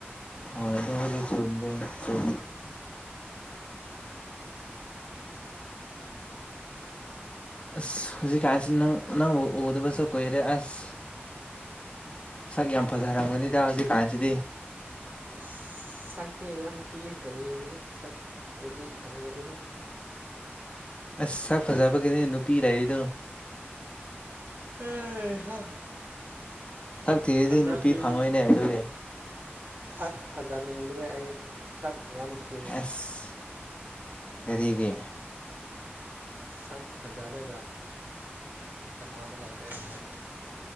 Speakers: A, on the left; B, on the right.
A: ꯍꯣꯏ ꯑꯗꯨꯕꯨꯗꯤ ꯆꯨꯝꯃꯦ ꯆꯨꯝ ꯑꯁ ꯍꯧꯖꯤꯛ ꯀꯥꯟꯁꯤ ꯅꯪ ꯅꯪꯕꯨ ꯎꯗꯕꯁꯨ ꯀꯨꯏꯔꯦ ꯑꯁ ꯁꯛ ꯌꯥꯝ ꯐꯖꯔꯝꯒꯅꯤꯗ ꯍꯧꯖꯤꯛꯀꯥꯟꯁꯤꯗꯤ
B: ꯑꯁ ꯁꯛꯇꯤ ꯌꯥꯝ ꯊꯤꯌꯦ ꯀꯔꯤꯒꯤꯅꯣ ꯁꯛꯄꯨꯗꯤ ꯍꯪꯒꯅꯨꯍꯦ
A: ꯑꯁ ꯁꯛ ꯐꯖꯕꯒꯤꯅꯦ ꯅꯨꯄꯤ ꯂꯩꯔꯤꯗꯣ
B: ꯍꯩ ꯍꯥ ꯁꯛ
A: ꯊꯤꯔꯗꯤ
B: ꯐꯖꯅꯤꯡ
A: ꯅꯨꯄꯤ ꯐꯪꯉꯣꯏꯅꯦ ꯑꯗꯨꯒꯤ
B: ꯁꯛ ꯐꯖꯅꯤꯡꯗ꯭ꯔꯦ ꯑꯩ ꯁꯛ ꯌꯥꯝ ꯊꯤ
A: ꯑꯁ ꯀꯔꯤꯒꯤ
B: ꯁꯛ ꯐꯖꯔꯒ ꯀꯅꯥꯕ ꯂꯩꯇꯦ ꯑꯩꯉꯣꯟꯗ